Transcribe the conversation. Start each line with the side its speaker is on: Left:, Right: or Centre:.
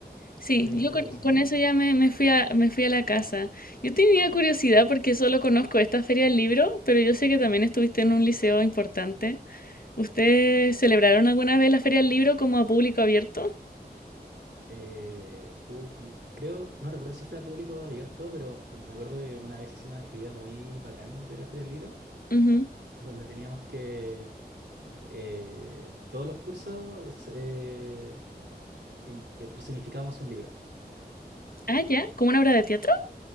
Left: Sí,
Right: te viniste
Left: yo con,
Right: a la casa,
Left: con
Right: ¿no?
Left: eso ya me, me fui a, me fui a la casa. Yo tenía curiosidad porque solo conozco esta feria del libro, pero yo sé que también estuviste en un liceo importante. ¿Ustedes celebraron alguna vez la feria del libro como a público abierto?
Right: Eh, uf, no- creo, no recuerdo si fue a público abierto, pero bueno, me acuerdo que una vez hicimos una actividad muy bacán de la Feria del Libro,
Left: Ujú.
Right: donde teníamos que eh, todos los cursos eh, in- eh, personificábamos un libro.
Left: Ah, ya, como una obra de teatro.